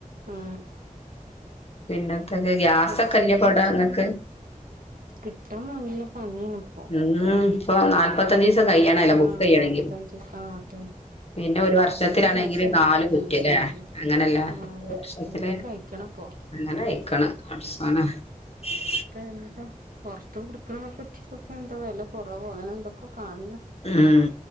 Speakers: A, on the right (about 85°); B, on the left (about 45°).
A: മ്
B: പിന്നെന്തൊക്കെ ഗ്യാസൊക്കെല്ലെ
A: കൊറച്ചെങ്കി
B: പടെങ്ങക്ക്
A: കൊറച്ചൊന്നും കിട്ടാൻ നല്ല പണിയാണ്പ്പോ
B: ഉം ഇപ്പൊ നാല്പത്തഞ്ച് ദിവസം കയ്യണല്ലോ
A: ആഹ്
B: ബുക്ക് ചെയ്യണെങ്കിലിൽ
A: നാപ്പത്തഞ്ച് ദിവസം ആഹ് അതെ
B: പിന്നെ ഒരു വർഷത്തിലാണെങ്കില്
A: ഇതിന് ശേഷം നാപ്പത്തഞ്ച്
B: നാല കുറ്റില്ലേ
A: ദിവസം കഴിഞ്ഞ്
B: അങ്ങനല്ല
A: ആഹ്
B: വർഷത്തില്
A: അങ്ങനെയൊക്കെ അയിക്കണിപ്പോ
B: അങ്ങനെ വയിക്കണ് <inaudible>
A: ഇപ്പ എന്താ പുറത്ത് കൊടുക്കണ കുറ്റിക്ക് എന്തോ വില കുറവ് അങ്ങനെ എന്തൊക്കെ കാണണ
B: ഉം